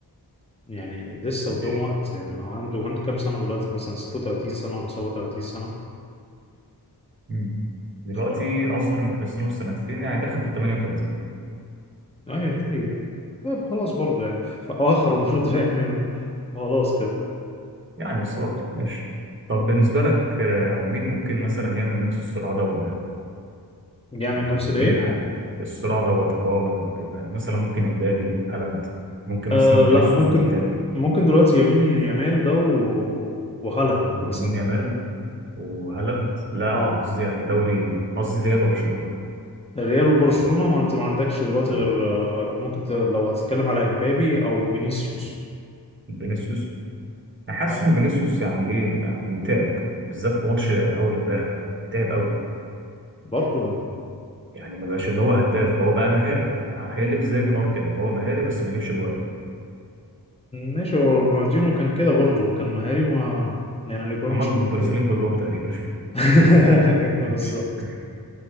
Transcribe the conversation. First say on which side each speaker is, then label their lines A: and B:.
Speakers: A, on the left; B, on the right.
A: يعني لسه
B: ماشي
A: قدام وقت يعني عنده عنده كام سنة دلوقتي مثلا 36 سنة ولا 37 سنة
B: مم. دلوقتي
A: ف...
B: اصغر من كريستيانو بسنتين يعني داخل في ال 38
A: ايوه طيب طيب خلاص برضه يعني في اخره <laughs> برضه يعني خلاص كده
B: يعني بس برضه ماشي طب بالنسبه لك آه، يعني مين ممكن مثلا يعمل نفس الصراع ده قدام
A: يعمل
B: من
A: نفس
B: الجيل
A: الايه
B: الحالي الصراع دوت اللي هو ما- ما- مثلا ممكن امبابي هالاند ممكن
A: آه
B: مثلا
A: لا
B: فينيسيوس
A: ممكن
B: ومين تاني
A: ممكن دلوقتي يمين يمال ده و... وهالاند
B: لامين
A: مثلا
B: يامال وهالاند لا
A: اه
B: انا قصدي يعني دوري قصدي ريال وبرشلونه
A: ريال وبرشلونة
B: او
A: ما انت ما عندكش دلوقتي
B: يعني
A: غير آه، ممكن ت- لو هتتكلم على امبابي او فينيسيوس
B: فينيسيوس انا حاسس
A: أيوة.
B: ان فينيسيوس يعني ايه يعني تعب بالذات في ماتش اول امبارح ده تعب قوي
A: برضه يعني
B: يعني ما بقاش اللي هو هداف هو بقى مهاري يعني هيقلب زي نيمار كده اللي هو مهاري بس ما يجيبش جوان
A: ماشي هو رونالدينو كان كده برضه كان مهاري ما يعني الاجوان
B: اما
A: مش
B: البرازيليين
A: كده
B: كلهم تقريبا
A: <laughs> أيوة
B: <laughs>
A: بالظبط